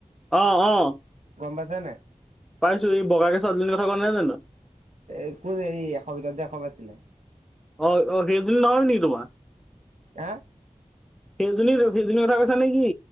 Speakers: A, in the centre; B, on the right.
A: অ অ
B: গম পাইছা নে
A: পাইছো এই বগাকে ছোৱালীজনীৰ কথা কোৱা নাই জানো
B: এই কোন এইৰি এশ ভিতৰততে এশ পাইছিলে
A: অ অ সেজুল নহয় নেকি তোমাৰ।
B: আহ
A: সেইজনীৰ সেইজনীৰ কথা কৈছা নেকি